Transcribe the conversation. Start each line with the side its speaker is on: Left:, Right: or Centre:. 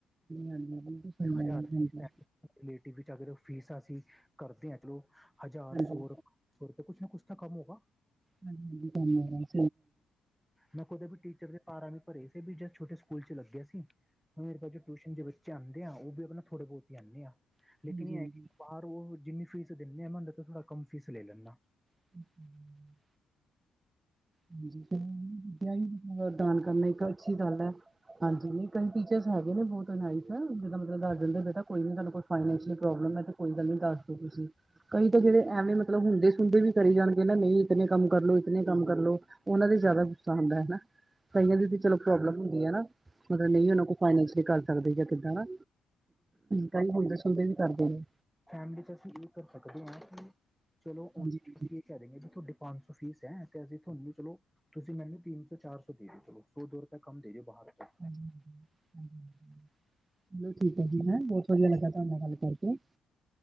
Right: ਹਾਂਜੀ ਹਾਂਜੀ ਬਿਲਕੁਲ ਸਹੀ ਗੱਲ
Centre: ਹਜ਼ਾਰ ਸੀ ਟੈਗ
Right: ਹੈ
Centre: ਕਮੇਟੀ ਵਿੱਚ ਅਗਰ ਫੀਸਾਂ ਅਸੀਂ ਕਰਦੇ ਹਾਂ ਚਲੋ ਹਜ਼ਾਰ
Right: ਹਾਂਜੀ ਹਾਂਜੀ
Centre: ਸੌ ਰ ਹੋਰ ਤਾਂ ਕੁਛ ਨਾ ਕੁਛ ਤਾਂ ਕੰਮ ਹੋਗਾ।
Right: ਹਾਂਜੀ ਹਾਂਜੀ ਕੰੰਨ <inaudible>
Centre: ਮੈਂ ਕਦੇ ਵੀ ਟੀਚਰ ਦੇ ਪਾਰਾਂ ਵੀ ਪਰੇ ਸੀ ਵੀ ਜਦ ਛੋਟੇ ਸਕੂਲ ਚ ਲਗੇਯਾ ਸੀ। ਮੇਰੇ ਟਿਊਸ਼ਨ ਬੱਚੇ ਆਉਂਦੇ ਆ ਉਹ ਵੀ ਆਪਣਾ ਥੋੜੇ -ਬਹੁਤ ਹੀ ਆਉਂਣੇ ਆਂ,
Right: ਹਾਂਜੀ
Centre: ਲੇਕਿਨ ਇਹ
Right: ਹਾਂਜੀ
Centre: ਹੈ ਕਿ ਬਾਹ ਉਹ ਜਿੰਨੀ ਫੀਸ ਦਿੰਦੇ ਆ, ਥੋੜ੍ਹਾ ਕੰਮ ਫੀਸ ਲੈ ਲੈਂਦਾ।
Right: ਅ ਹਮ। ਹਂਜੀ ਦਾਨ ਦਵਾਈ ਕਰਨਾ ਇੱਕ ਅੱਛੀ ਗੱਲ ਹੈ। ਹਾਂਜੀ ਨਹੀਂ ਕਈ ਟੀਚਰ ਹੈਗ। ਜਿਨੇ ਵੀ ਫੋਨ ਕਰਨਾ ਇਦਰ, ਇਸਦਾ ਮਤਲਬ ਦਸ ਦੇਂਦੇ ਬੇਟਾ ਕੋਈ ਨੀ ਕੋ ਫਾਇਨੈਨਸ਼ੀਅਲ ਪ੍ਰੋਬਲਮ ਹੈ। ਤੇ ਕੋਈ ਗੱਲ ਨੀ ਦੱਸ ਦੇਸ਼ ਤੁਸੀਂ। ਕਈ ਤੇ ਜੇੜੇ ਐਵੇ ਮਤਲਬ ਹੁੰਦੇ ਸੁੰਦੇ ਵੀ ਕਰੀ ਜਾਣਗੇ ਨਾ ਨਈ ਇਤਨੇ ਕੰਮ ਕਰਲੋ, ਇਤਨੇ ਕੰਮ ਕਰਲੋ। ਔਨਾਂ ਤੇ ਜ਼ਿਆਦਾ ਗੁੱਸਾ ਆਂਦਾ ਹੈਨਾ। ਕਈਆਂ ਦੀ ਤੇ ਚਲੋ ਪ੍ਰੋਬਲਮ ਹੁੰਦੀ ਐ ਨਾ ਮਤਲਬ ਨਹੀਂ ਔਨਾਂ ਕੋ ਫਾਂਸੀ ਵੀ ਕਰ ਸਕਦੇ ਜਾ ਕਿੱਦਾ ਨਾ ਕਈ ਹੁੰਦੇ-ਸੁੰਦੇ ਵੀ ਕਰਦੇ ਜੇ।
Centre: ਫੈਮਿਲੀ ਚ ਅਸੀਂ ਏਹ ਕਰ ਸਕਦੇ ਹਾਂ ਕਿ ਹੁਣ, ਚਲੋ
Right: ਹਾਂਜੀ
Centre: ਹੁ
Right: ਹਾਂਜੀ
Centre: ਅਸੀ ਕਹਿ ਦਿੰਗੇ ਜੀ ਤੁਹਾਡੇ ਪੰਜ ਸੌ ਫ਼ੀਸ ਐ ਬੰਤ ਤੇ ਅਸੀਂ ਤੁਹਾਨੂੰ ਚਲੋ ਤੁਸੀਂ ਮੈਨੂੰ ਤਿੰਨ-ਸੌ, ਚਾਰ-ਸੌ ਦੇ ਦਿਓ ਚਲੋ ਸੋ-ਦੋ ਸੋ ਰੁਪਏ ਕੰਮ ਦੇ ਦਿਓ ਬਾਹਰ ਤੋਂ
Right: <inaudible> ਚਲੋ ਠੀਕ ਹੈ ਜੀ ਮੈਂ ਬਹੁਤ ਵਧੀਆ ਲੱਗਾ ਤੁਹਾਡੇ ਨਾਲ ਗੱਲ ਕਰਕੇ,